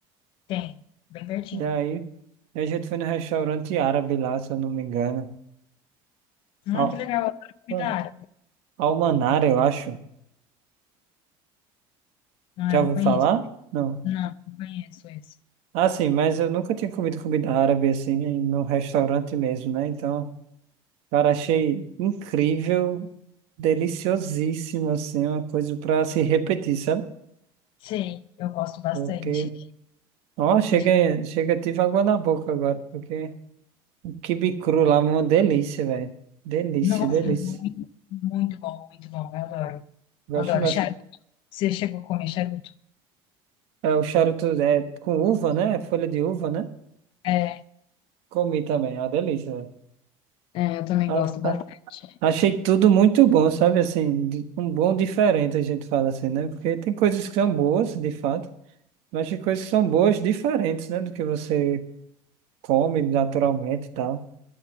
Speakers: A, on the left; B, on the right.
A: Tem, bem pertinho.
B: E aí, a gente foi no restaurante árabe lá, se eu não me engano.
A: Ah,
B: Al,
A: que legal, eu adoro comida
B: pô,
A: árabe.
B: Almanar, eu acho.
A: Não,
B: Já
A: eu
B: ouviu
A: não conheço.
B: falar? Não.
A: Não, não conheço esse.
B: Ah, sim, mas eu nunca tinha comido comida árabe assim, em- no restaurante mesmo, né? Então, cara, achei incrível, deliciosíssimo, assim, uma coisa pra se repetir, sabe?
A: Sei, eu gosto bastante.
B: Porque, ó, chega,
A: De...
B: chega, tive água na boca agora, porque o quibe cru lá, é uma delícia, velho. Delícia,
A: Nossa,
B: delícia.
A: muito, muito bom, muito bom. Eu adoro.
B: Gosto
A: Eu adoro.
B: mais.
A: Charuto. Você chegou a comer charuto?
B: É o charuto é, com uva, né? Folha de uva, né?
A: É,
B: Comi também, é uma delícia. velho.
A: É, eu também
B: A-
A: gosto bastante.
B: a- Achei tudo muito bom, sabe? Assim, de- um bom diferente, a gente fala assim, né? Porque tem coisas que são boas, de fato, mas tem coisas que são boas diferentes, né? Do que você come naturalmente e tal.